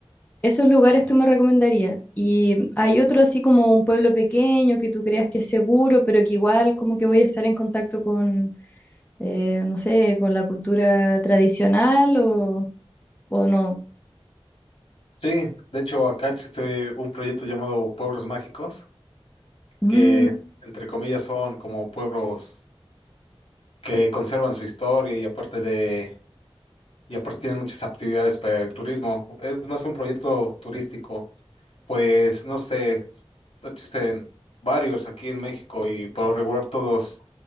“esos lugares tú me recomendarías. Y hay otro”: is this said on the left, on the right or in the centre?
Left